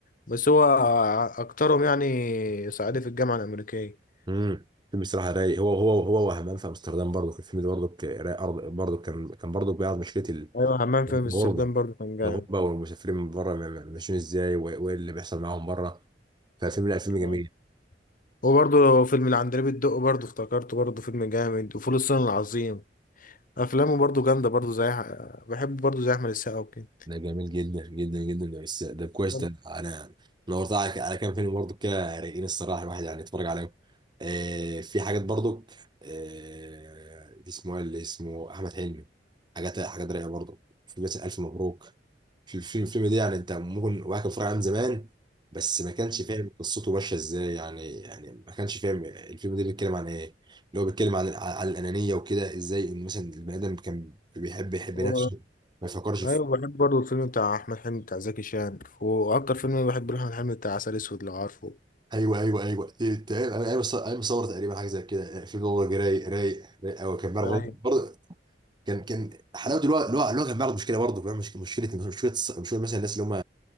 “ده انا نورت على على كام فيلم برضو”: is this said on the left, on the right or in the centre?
Right